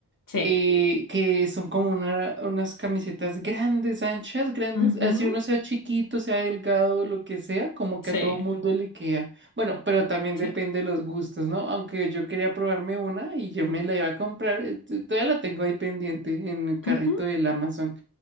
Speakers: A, on the left (about 55°); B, on the right (about 30°).
A: Sí,
B: eh, que son como una- unas camisetas grandes, anchas, grandes,
A: ujú,
B: así uno sea chiquito, sea delgado, lo que sea, como que
A: sí,
B: a todo mundo le queda. Bueno, pero también
A: sí,
B: depende de los gustos, ¿no? Aunque yo quería probarme una y yo me la iba a comprar, eh, t- todavía la tengo ahí pendiente en el carrito
A: ujú,
B: del Amazon,